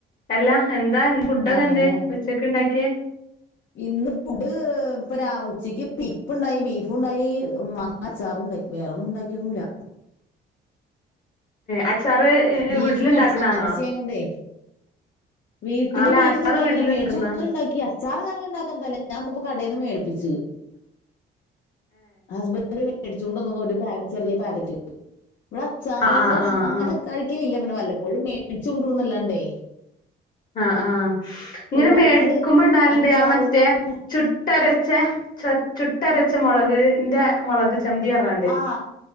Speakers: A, on the left (about 45°); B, on the left (about 65°).
A: അല്ലാ എന്താ ഫുഡൊക്കെ
B: അങ്ങനെ
A: എന്തെ ഉച്ചക്ക്ണ്ടാക്കിയേ
B: ഇന്ന് ഫുഡ് ഇപ്പ രാവ് ഉച്ചയ്ക്ക് ബീഫ്ണ്ടായി ബീഫുണ്ടാ മ ങ്ങ അച്ചാറും ഉണ്ടായി വേറെന്നും ഇണ്ടാക്കിയൊന്നുല്ല.
A: അച്ചാറ്
B: ബീഫ്
A: വീട്ടില്
B: മേടിച്ച്
A: ഇണ്ടാക്കണാണോ
B: ഞായറാഴ്ച്ച ആയത് കൊണ്ടെ വീട്ടില്
A: അല്ല
B: ബീഫ്
A: അച്ചാറ്
B: ഇണ്ടാകേല്ല
A: വീട്ടില്
B: മേടിച്ചോറ്
A: ഇണ്ടാക്കുന്ന
B: ഇണ്ടാക്കി അ ച്ചാറ് ഞങ്ങള് ഇണ്ടാക്കനതല്ലാ ഞാൻ ഇന്ന്പ്പ കടേന്ന് മേടിപ്പിച്ച് ഹസ്ബൻഡ് മേടിച്ചോണ്ട് വന്നതോ ഒരു പാ ചെറിയ പാക്കറ്റ് ഇവടെ അച്ചാറൊന്നും
A: ആഹ് ആഹ്
B: അങ്ങനെ
A: ആഹ്
B: കഴിക്കലില്ല പിന്നെ വല്ലപ്പോഴും മേടിച്ചു കൊണ്ട് വന്നുല്ലാണ്ടേ
A: ആഹ് ആഹ്, ഇങ്ങനെ
B: ഒരുപാട്
A: മേടിക്കുമ്പോ ഇണ്ടാവൽണ്ട്
B: അച്ചാർ
A: ആ മറ്റേ
B: എന്ന് പറഞ്ഞ
A: ചു ട്ടരച്ചെ ച ചുട്ടരച്ചെ മൊളക്ന്റെ മൊളക് ചമ്മന്തി പർഞ്ഞാണ്ട്.
B: ആ